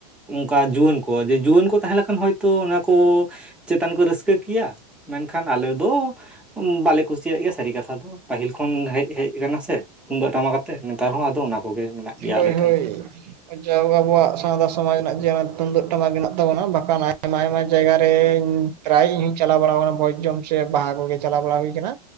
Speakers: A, in the centre; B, on the right.
A: ᱚᱱᱠᱟ ᱡᱩᱣᱟᱹᱱ ᱠᱚ ᱡᱮ ᱡᱩᱣᱟᱹᱱ ᱠᱚ ᱛᱟᱦᱮᱸ ᱞᱮᱠᱷᱟᱱ ᱦᱚᱭᱛᱳ ᱚᱱᱟ ᱠᱚ ᱪᱮᱛᱟᱱ ᱠᱚ ᱨᱟᱹᱥᱠᱟᱹ ᱠᱮᱭᱟ ᱢᱮᱱᱠᱷᱟᱱ ᱟᱞᱮ ᱫᱚ ᱵᱟᱞᱮ ᱠᱩᱥᱤ ᱪᱤᱭᱟᱜ ᱜᱮ ᱥᱟᱹᱨᱤ ᱠᱟᱛᱷᱟ ᱫᱚ ᱯᱟᱹᱦᱤᱞ ᱠᱷᱚᱱ ᱦᱮᱡ ᱦᱮᱡ ᱟᱠᱟᱱᱟ ᱥᱮ ᱛᱩᱢᱫᱟᱹᱜ ᱴᱟᱢᱟᱠ ᱟᱛᱮ ᱱᱮᱛᱟᱨ ᱦᱚᱸ ᱟᱫᱚ ᱚᱱᱟ ᱾ ᱠᱚᱜᱮ ᱢᱮᱱᱟᱜ ᱜᱮᱭᱟ
B: ᱦᱳᱭ
A: ᱟᱞᱮ ᱴᱷᱮᱱ
B: ᱦᱳᱭ
A: ᱫᱚ᱾
B: ᱡᱟᱣ ᱟᱵᱚᱣᱟᱜ ᱥᱟᱶᱛᱟ ᱥᱚᱢᱟᱡᱽ ᱨᱮᱱᱟᱜ ᱡᱮ ᱛᱩᱢᱫᱟ ᱴᱟᱢᱟᱠ ᱢᱮᱱᱟᱜ ᱛᱟᱵᱚᱱᱟ ᱵᱟᱠᱟ ᱟᱭᱢᱟ ᱟᱭᱢᱟ ᱡᱟᱭᱜᱟ ᱨᱮ ᱯᱨᱟᱭ ᱤᱧ ᱦᱚᱧ ᱪᱟᱞᱟᱣ ᱵᱟᱲᱟ ᱟᱠᱟᱱᱟ ᱵᱷᱡᱽᱡᱚᱢ ᱥᱮ ᱵᱟᱦᱟ ᱠᱚᱜᱮ᱾ ᱪᱟᱞᱟᱣ ᱵᱟᱲᱟ ᱦᱩᱭ ᱟᱠᱟᱱᱟ